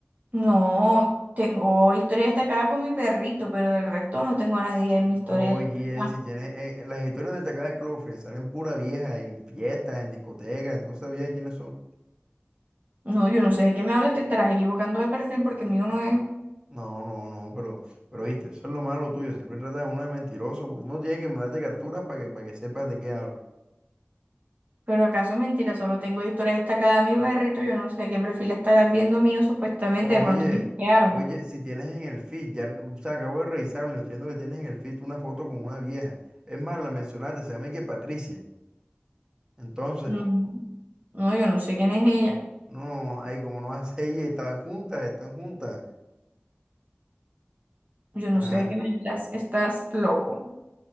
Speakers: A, on the right; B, on the right.
A: No, tengo historia destacada con mi perrito, pero del resto no tengo a nadie en mi historia.
B: Oye,
A: destacada.
B: si tienes. En, en las historias destacadas de Cloudflare salen pura vieja en fiestas, en discotecas, entonces sabías quiénes son.
A: No, yo no sé de qué me hablas, te estarás equivocando de perfil porque mío no es.
B: No, no, no, pero, pero viste, eso es lo malo tuyo. Siempre tratas a uno de mentiroso. Uno tiene que mandarte capturas para que, para que sepas de qué hablo.
A: Pero acaso es mentira, solo tengo historia destacada a mi perrito, yo no sé qué perfil estarás viendo mío supuestamente,
B: Oye,
A: de pronto me hackearon.
B: oye, si tienes en el feed, ya, n- o sea, acabo de revisarlo, estoy viendo que tienes en el feed una foto con una vieja. Es más, la mencionaste, se llama y que Patricia. Entonces.
A: No, no, yo no sé quién es ella.
B: No, ay, como no vas <laughs> a ir, están juntas, están juntas.
A: Yo
B: Ajá,
A: no sé de qué me hablas, estás loco.